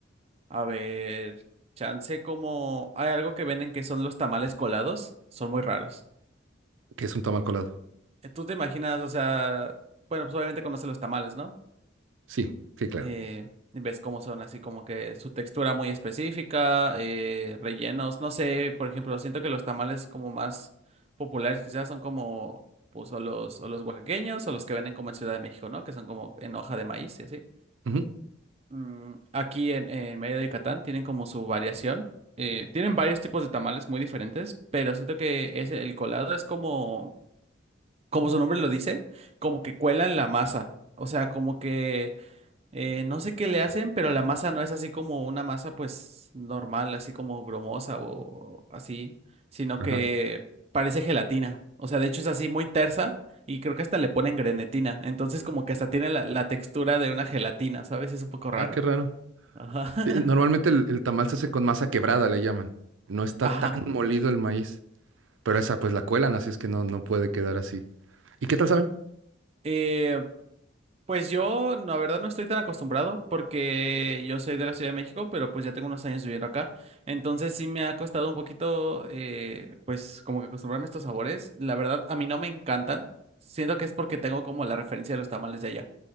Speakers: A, on the right; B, on the right.
A: a ver, chance como hay algo que venden que son los tamales colados, son muy raros.
B: ¿Qué es un tamal colado?
A: Eh, ¿Tú te imaginas, o sea, bueno, pues obviamente conoces los tamales, ¿no?
B: Sí, sí, claro.
A: eh, y ves cómo son así como que su textura muy específica, eh, rellenos, no sé, por ejemplo, siento que los tamales como más populares quizás son como pues o los, o los oaxaqueños o los que venden como en Ciudad de México, ¿no? Que son como en hoja de maíz y así.
B: Ujú,
A: Mm, aquí en, en Mérida de Yucatán tienen como su variación. eh, tienen varios tipos de tamales muy diferentes, pero siento que es el colado es como, como su nombre lo dice, como que cuelan la masa. O sea, como que eh, no sé qué le hacen, pero la masa no es así como una masa pues normal, así como grumosa o así, sino
B: Ajá.
A: que parece gelatina. O sea, de hecho es así muy tersa y creo que hasta le ponen grenetina. Entonces como que hasta tiene la, la textura de una gelatina, ¿sabes? Es un poco
B: Ah,
A: raro.
B: qué raro.
A: Ajá.
B: Sí, Normalmente el, el tamal se hace con masa quebrada, le llaman. No está
A: <laughs> Ajá.
B: tan molido el maíz, pero esa pues la cuelan, así es que no, no puede quedar así. ¿Y qué tal saben?
A: Eh, Pues yo, la verdad, no estoy tan acostumbrado porque yo soy de la Ciudad de México, pero pues ya tengo unos años viviendo acá. Entonces sí me ha costado un poquito, eh, pues como que acostumbrarme a estos sabores. La verdad, a mí no me encantan. Siento que es porque tengo como la referencia de los tamales de allá.